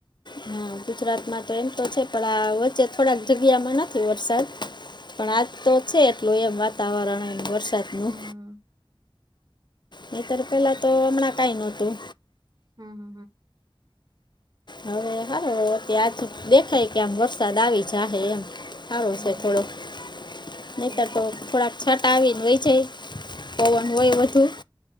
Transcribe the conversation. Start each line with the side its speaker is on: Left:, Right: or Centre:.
Left: હા ગુજરાતમાં તો એમ તો છે પણ આ વચ્ચે થોડાક જગ્યામાં નથી વરસાદ. પણ આજ તો છે એટલું એમ વાતાવરણ એમ વરસાદનું
Right: હમ
Left: નતર પેલા તો હમણાં કઈ નહોતું.
Right: હા હા.
Left: હવે હાર ત્યાંજ દેખાય કે આમ વરસાદ આવી જ હ એમ. સારું
Right: હમ હમ
Left: છે થોડુંક નહીતર
Right: છે
Left: તો થોડાક છાંટા આવીને વય જાય. પવન હોય વધુ